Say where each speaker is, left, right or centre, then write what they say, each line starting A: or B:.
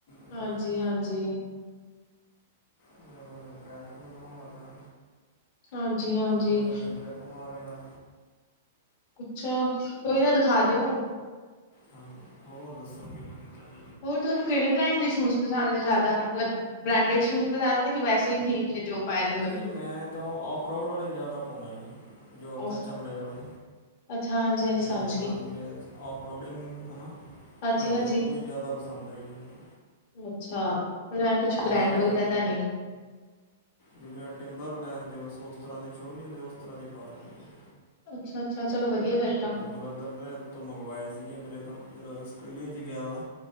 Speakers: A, on the left; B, on the left.
A: ਪੈ
B: ਹਾਂਜੀ
A: ਰਿਹਾ
B: ਹਾਂਜੀ।
A: ਏਹ ਮਤਲਬ ਮਕੈਨਿਕ ਕੋਲੋਂ ਦਖੌਣਾ ਪੈਣਾ,
B: ਹਾਂਜੀ-ਹਾਂਜੀ
A: ਪਤਾ ਨੀ ਊਈਂ ਟਰਿਪ ਮਾਰ ਗਿਆ।
B: ਅੱਛਾ, ਕੋਈ ਨਾ ਦਿਖਾ ਦਿਓ।
A: ਹਾਂ, ਹੋਰ ਦੱਸੋ ਕੋਈ ਨਮੀ ਤਾਜੀ਼।
B: ਹੋਰ ਥੋਨੂੰ ਕਿਹੜੇ ਬ੍ਰੈਂਡ ਦੇ ਸ਼ੂਜ ਪਸੰਦ ਐ ਜਾ਼ਦਾ, ਮਤਲਬ ਬ੍ਰਾਂਡ ਸ਼ੂਟ ਪਸੰਦ ਨੇ, ਕਿ ਵੈਸੇ ਹੀ ਠੀਕ ਹੈ ਜੋ ਪਾਏ ਮਤਲਬ
A: ਦੇਖੋ ਜੀ, ਮੈਂ ਤਾਂ ਆਔਫਰੋਡ ਵਾਲੇ ਜ਼ਿਆਦਾ ਪਾਦਾ ਜੀ ਜੋਤ
B: ਅਸ
A: ਚਮੜੇ ਵਾਲੇ
B: ਅੱਛਾ ਹਾਂਜੀ, ਹਾਂਜੀ
A: ਮੇਰੇ
B: ਸਮਝ ਗਈ
A: ਔਫ ਰੋਡਿੰਗ ਹੈਨਾ,
B: ਹਾਂਜੀ
A: ਕਰਦੇ
B: ਹਾਂਜੀ
A: ਆ, ਉਹ ਵੀ ਜ਼ਿਆਦਾ ਪਸੰਦ ਆਈ ਐ ਔਨੂੰ,
B: ਅੱਛਾ ਮਤਲਬ ਏਹ ਕੁਛ
A: ਜਿਵੇਂ
B: ਬ੍ਰੈਂਡ
A: ਉਹ
B: ਵਗੈਰਾ ਦਾ ਨੀ
A: ਜਿਵੇਂ ਟਿੰਬਰ ਲੈਣ ਦੇ ਉਸ ਉਸ ਤਰ੍ਹਾਂ ਦੇ ਸ਼ੋਅ ਨੀ ਹੁੰਦੇ, ਉਸ ਤਰ੍ਹਾਂ ਦੇ ਪਾ ਲੈਂਦੇ ਜੇ।
B: ਅੱਛਾ ਅੱਛਾ, ਚਲੋ ਵਧੀਆ ਫੇਰ ਤਾਂ।
A: ਬ੍ਰਦਰ ਦੇ ਹੱਥੋਂ ਮੰਗਵਾਏ ਸੀਗੇ ਮੇਰੇ ਤੋਂ, ਮੇਰਾ ਆਸਟ੍ਰੇਲੀਆ 'ਚ ਗਿਆ ਵਾ।